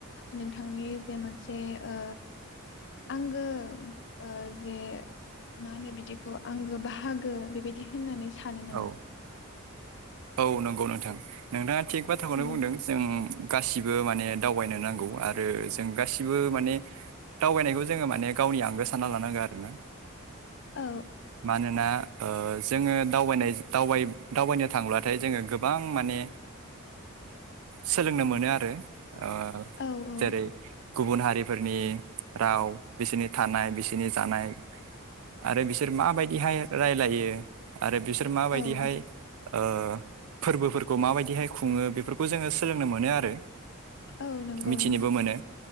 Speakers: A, on the left; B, on the right.
A: नोंथांनि जे मोनसे ओ आंगो ओ जे मा होनो बिदिखौ आंगो बाहागो बेबायदि होननानै सानो नामा?
B: औ औ नंगौ नोंथां नोंथाङा थिग बाथ्राखौनो
A: औ
B: बुंदों जों गासिबो बो माने दावबायनो नांगौ आरो जों गासिबो माने दावबायनायखौ जोङो माने गावनि आंगो सानना लानांगौ आरोना।
A: औ
B: मानोना ओ जोङो दावबायनाय दावबाय दावबायनो थांब्लाथाय जोङो गोबां माने सोलोंनो मोनो आरो। ओ
A: औ औ
B: जेरै गुबुन हारिफोरनि राव बिसोरनि थानाय बिसनि जानाय आरो बिसोर माबायदिहाय रायलायो आरो बिसोर माबायदिहाय
A: औ
B: उम फोरबोफोरखौ माबायदिहाय खुङो बेफोरखौ जोङो सोलोंनो मोनो आरो।
A: औ नंगौ
B: मिथिनोबो
A: नोंथां।
B: मोनो